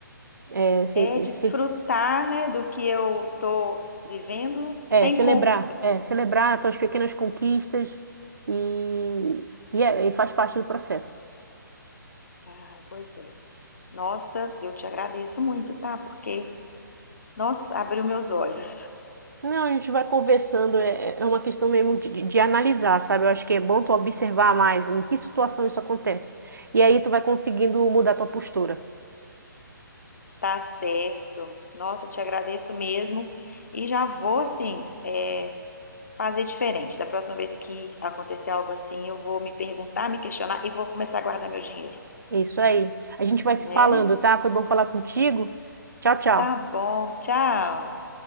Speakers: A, on the right; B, on the left.
A: é, sem,
B: É desfrutar,
A: sem-
B: né, do que eu tô vivendo
A: É,
B: sem
A: celebrar,
B: culpa.
A: é, celebrar tuas pequenas conquistas e, e, é, e faz parte do processo.
B: Ai, pois é. Nossa, eu te agradeço muito, tá? Porque, nossa, abriu meus olhos.
A: Não, a gente vai conversando, é, é é uma questão mesmo de, de- de analisar, sabe? Eu acho que é bom tu observar mais em que situação isso acontece. E aí tu vai conseguindo mudar tua postura.
B: Tá certo. Nossa, eu te agradeço mesmo. E já vou, assim, é, Fazer diferente. Da próxima vez que acontecer algo assim, eu vou me perguntar, me questionar e vou começar a guardar meu dinheiro,
A: é Isso aí. A gente vai
B: né?
A: se falando, tá? Foi bom falar contigo. Tchau, tchau.
B: Tá bom, tchau.